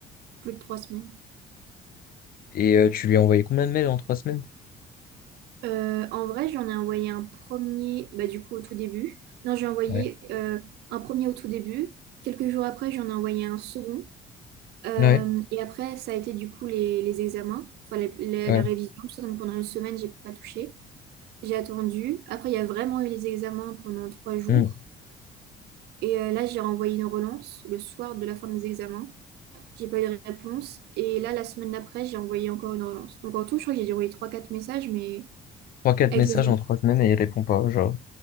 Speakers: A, on the right; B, on the left.
A: plus de trois semaines.
B: Et euh, tu lui as envoyé combien de mails en trois semaines?
A: Euh, en vrai, j'en ai envoyé un premier, bah, du coup, au tout début. Non, j'ai envoyé
B: Ouais.
A: euh, un premier au tout début. Quelques jours après, j'en ai envoyé un second. Euh,
B: Ouais,
A: et après, ça a été du coup les, les examens, enfin les- les-
B: ouais.
A: la révision, tout ça. Donc pendant une semaine, j'ai pas touché. J'ai attendu. Après, il y a vraiment eu les examens pendant trois jours.
B: Hmm.
A: Et euh, là, j'ai renvoyé une relance le soir de la fin des examens. J'ai pas eu de réponse. Et là, la semaine d'après, j'ai envoyé encore une relance. Donc en tout, je crois que j'ai dû envoyer 3-4 messages, mais
B: Trois, quatre
A: avec
B: messages
A: les, ex-
B: en trois semaines et il répond pas, genre.